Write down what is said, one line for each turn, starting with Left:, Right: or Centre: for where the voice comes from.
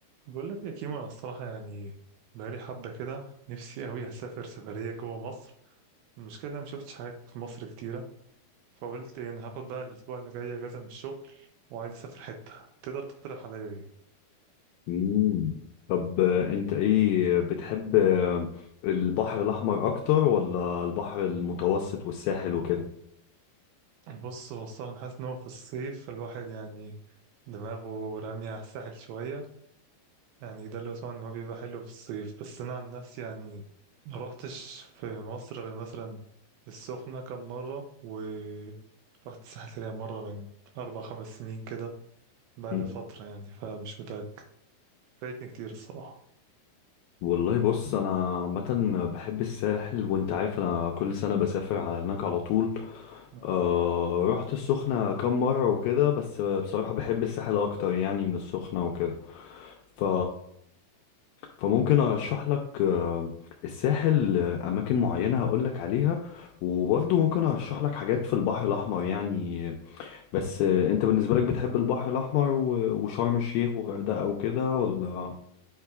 Right: بقول لك يا كيمو انا الصراحه يعني بقالي حبه كده نفسي قوي اسافر سفريه جوه مصر المشكله إن انا مشفتش حاجات في مصر كتيره فقلت إيه، انا هاخد بقى الاسبوع اللي جاي اجازه من الشغل وعايز اسافر حته تقدر تقترح عليا
Left: مم. طب آه، انت ايه بتحب آه، البحر الاحمر اكتر ولا البحر المتوسط والساحل وكده
Right: ايه بص هو الصراحه أنا حاسس ان هو في الصيف الواحد يعني دماغه راميه على الساحل شويه يعني ده اللي بسمعه ان هو بيبقى حلو في الصيف بس انا عن نفسي يعني ما روحتش في مصر غير مثلا السخنة كم مرة و رحت الساحل يعني مرة من أربع خمس سنين كده بقالي
Left: مم.
Right: فترة يعني فمش متأكد فايتني كتير الصراحة
Left: والله بص انا عامه بحب الساحل وانت عارف انا كل سنه بسافر على هناك على طول آه
Right: أيوة
Left: رحت السخنه كام مره وكده بس بصراحه بحب الساحل اكتر يعني من السخنه وكده ف فممكن ارشح لك آه، الساحل آه، اماكن معينه هقول لك عليها وبرضه ممكن ارشح لك حاجات في البحر الاحمر يعني بس آه، انت بالنسبه لك بتحب البحر الاحمر و- وشرم الشيخ وغردقه وكده ولا